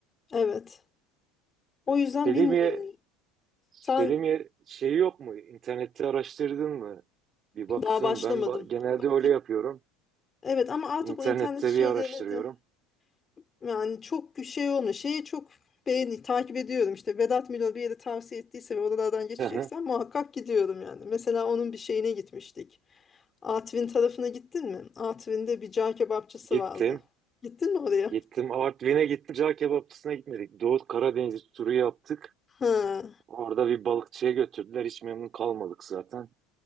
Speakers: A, on the left; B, on the right.
A: evet. O yüzden
B: Selimiye,
A: bilmiyorum.
B: Selimiye
A: Sen
B: şeyi yok mu? İnternette araştırdın mı? Bir baktın.
A: daha başlamadın.
B: Ben ba- genelde
A: Bak,
B: öyle yapıyorum.
A: evet ama artık
B: İnternette
A: o internet şeylerine
B: bir araştırıyorum.
A: de yani çok şey olmuyor. Şeye çok beğeni takip ediyorum. İşte Vedat Milor bir yere tavsiye ettiyse ve oralardan geçeceksen
B: Hı hı.
A: muhakkak gidiyorum yani. Mesela onun bir şeyine gitmiştik. Artvin tarafına gittin mi? Artvin'de bir cağ kebapçısı
B: Gittim.
A: vardı. Gittin mi oraya?
B: Gittim Artvin'e gittim. Cağ kebapçısına gitmedik. Doğu Karadeniz turu yaptık.
A: Ha.
B: Orada bir balıkçıya götürdüler. Hiç memnun kalmadık zaten.